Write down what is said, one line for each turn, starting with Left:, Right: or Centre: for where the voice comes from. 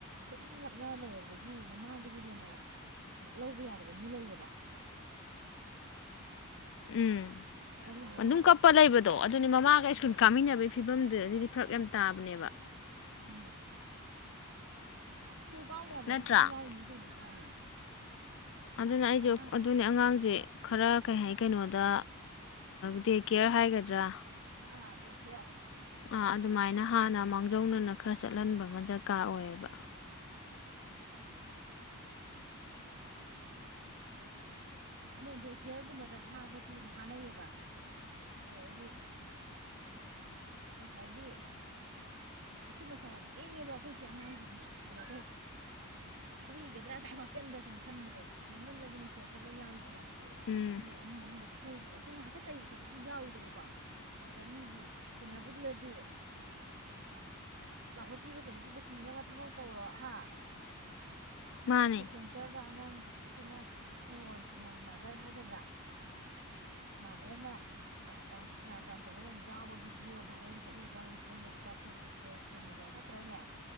Right: ꯁꯨꯝ ꯅꯞꯅ ꯂꯩꯔꯕꯗꯒꯤ ꯃꯃꯥꯗꯒꯤ ꯍꯦꯟꯅ ꯂꯧꯕ ꯌꯥꯗꯕ ꯃꯤ ꯂꯩꯌꯦꯕ
Left: ꯎꯝ
Right: ꯑꯗꯨꯗꯨꯅ
Left: ꯃꯅꯨꯡꯝ ꯀꯞꯄ ꯂꯩꯕꯗꯣ ꯑꯗꯨꯅꯦ ꯃꯃꯥꯒ ꯁꯁꯨ ꯀꯥꯃꯤꯟꯅꯕꯒꯤ ꯐꯤꯕꯝꯗꯨ ꯑꯗꯨꯗꯤ ꯐꯔꯛ ꯌꯥꯝ ꯇꯥꯕꯅꯦꯕ
Right: ꯎꯝ ꯁ꯭ꯀꯨꯜ ꯀꯥꯎ ꯌꯥꯗꯕ
Left: ꯅꯠꯇ꯭ꯔꯥ
Right: ꯃꯌꯥꯝ ꯂꯥꯎꯏ ꯃꯤ ꯀꯩꯅꯣ ꯃꯥꯅꯦ
Left: ꯑꯗꯨꯅ ꯑꯩꯁꯨ
Right: ꯑꯉꯥꯡ
Left: ꯑꯗꯨꯅꯦ ꯑꯉꯥꯡꯁꯦ ꯈꯔ ꯀꯩ ꯍꯥꯏ ꯀꯩꯅꯣꯗ ꯗꯦ ꯀꯦꯌꯔ ꯍꯥꯏꯒꯗ꯭ꯔꯥ
Right: ꯑꯥ ꯗꯦ ꯀꯌꯥ
Left: ꯑ ꯑꯗꯨꯃꯥꯏꯅ ꯍꯥꯟꯅ ꯃꯥꯡꯖꯧꯅꯅ ꯈꯔ ꯆꯠꯍꯟꯕ ꯑꯃ ꯗꯔꯀꯥꯔ ꯑꯣꯏꯌꯦꯕ
Right: ꯑꯗꯨꯅꯗꯤ ꯀꯦꯌꯔꯒꯨꯝꯕꯗ ꯊꯥꯕꯁꯨ ꯑꯗꯨꯝ ꯀꯥꯟꯅꯩꯌꯦꯕ ꯑꯗꯩꯗꯤ ꯉꯁꯥꯏꯒꯤ ꯃꯈꯨꯠ ꯃꯆꯥ ꯌꯥꯝ ꯂꯦꯡꯉꯦꯕ ꯑꯩꯈꯣꯏꯁꯦ ꯑꯉꯥꯡꯁꯤꯗꯤ ꯑꯗ ꯐꯨꯕꯤꯒꯗ꯭ꯔꯥ ꯀꯥꯏ ꯋꯥꯈꯟꯗ ꯁꯨꯝ ꯈꯟꯕꯗꯣ ꯌꯦꯡꯃꯜꯂꯁꯨ ꯅꯨꯡꯁꯤꯛꯇꯕ ꯌꯥꯎꯋꯏꯗꯅ
Left: ꯎꯝ
Right: ꯃꯣꯏꯅꯦ ꯏꯃ ꯃꯅꯨꯡ ꯕ ꯑ ꯁꯨꯝ ꯉꯥꯏꯍꯥꯛꯇ ꯆꯩꯕ ꯈꯣꯠꯄ ꯑꯗꯨꯝ ꯌꯥꯎꯋꯤꯗꯅꯀꯣ ꯑꯗ ꯃꯤꯒꯤ ꯁꯤꯟꯅꯕꯗꯨꯗꯗꯤ ꯂꯥꯎꯈꯠꯄꯤꯕ ꯆꯩꯍꯠꯄꯤꯕ ꯀꯤꯅꯕ ꯊꯕꯛ ꯇꯧꯔꯣ ꯍꯥ
Left: ꯃꯥꯅꯦ
Right: ꯅꯀꯤ ꯁꯦꯟꯇꯔꯗ ꯑꯉꯥꯡ ꯁꯥꯊꯤ ꯁꯥꯊꯤꯅ ꯅꯣꯏ ꯃꯥꯗꯔ ꯍꯥꯏꯒꯗ꯭ꯔꯥ ꯃꯥꯗꯔꯅ ꯌꯥꯝ ꯁꯦꯅꯥ ꯇꯥꯟꯟ ꯇꯧꯕ ꯌꯥꯝ ꯌꯥꯎꯕ ꯕꯤꯗꯤꯑꯣ ꯚꯥꯏꯔꯦꯜ ꯆꯠꯂꯤꯕ ꯏꯟꯇꯔꯅꯦꯠꯇ ꯐꯦꯁꯕꯨꯛꯇ ꯁꯣꯁꯦꯜ ꯃꯦꯗꯤꯌꯥꯗ ꯆꯠꯇ꯭ꯔꯅꯦ